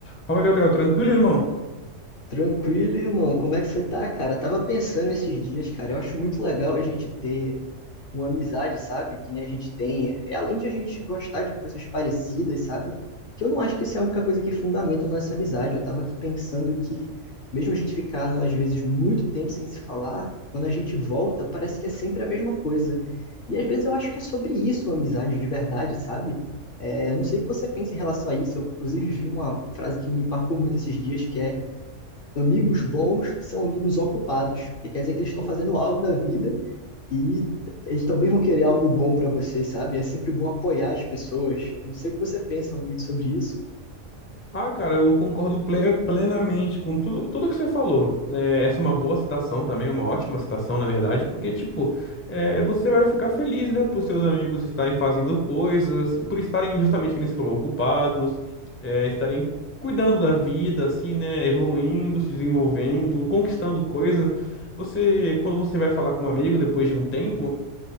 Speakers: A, on the left (about 20°); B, on the left (about 55°).
A: Fala, Gabriel, tranquilo, irmão?
B: Tranquilo, irmão. Como é que você tá, cara? Tava pensando esses dias, cara. Eu acho muito legal a gente ter uma amizade, sabe? Que nem a gente tem. É além de a gente gostar de coisas parecidas, sabe? Que eu não acho que isso é a única coisa que fundamenta a nossa amizade. Eu tava aqui pensando que, mesmo a gente ficar, às vezes, muito tempo sem se falar, quando a gente volta, parece que é sempre a mesma coisa. E às vezes eu acho que é sobre isso a amizade de verdade, sabe? É, eu não sei o que você pensa em relação a isso. Eu, inclusive, vi uma frase que me marcou muito esses dias, que é amigos bons são amigos ocupados, porque quer dizer que eles estão fazendo algo da vida e eles também vão querer algo bom para você, sabe? É sempre bom apoiar as pessoas. Eu não sei o que você pensa muito sobre isso.
A: Ah, cara, eu concordo ple- plenamente com tudo, tudo que você falou. É, essa é uma boa citação também, uma ótima citação, na verdade, porque, tipo, é, você vai ficar feliz, né, por seus amigos estarem fazendo coisas e por estarem, justamente, como você falou, ocupados, é, estarem cuidando da vida, assim, né, evoluindo, se desenvolvendo, conquistando coisas. Você, quando você vai falar com um amigo depois de um tempo.